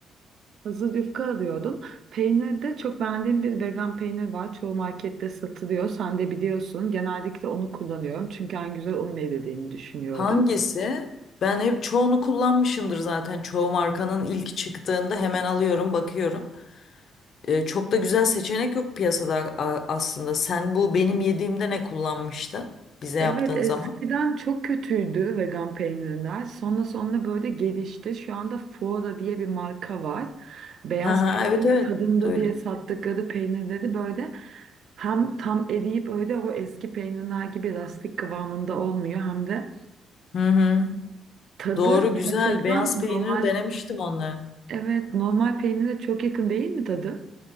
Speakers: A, on the right (about 65°); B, on the left (about 60°).
A: Hazır yufka alıyordum. Peynirde çok beğendiğim bir vegan peynir var. Çoğu markette satılıyor. Sen de biliyorsun. Genellikle onu kullanıyorum. Çünkü en güzel onun elde edildiğini düşünüyorum.
B: Hangisi? Ben hep çoğunu kullanmışımdır zaten. Çoğu markanın ilk çıktığında hemen alıyorum, bakıyorum. E, çok da güzel seçenek yok piyasada a- aslında. Sen bu benim yediğimde ne kullanmıştın bize
A: Evet
B: yaptığın
A: eskiden
B: zaman?
A: çok kötüydü vegan peynirler. Sonra sonra böyle gelişti. Şu anda Foora diye bir marka var. Beyaz
B: Hı hı,
A: peynir
B: evet evet
A: tadında
B: duydum.
A: diye sattıkları peynirleri böyle hem tam eriyip öyle o eski peynirler gibi lastik kıvamında olmuyor hem de
B: Hı hı.
A: tadı
B: Doğru güzel
A: gerçekten
B: beyaz peyniri
A: normal
B: denemiştim onları.
A: evet normal peynire çok yakın değil mi tadı?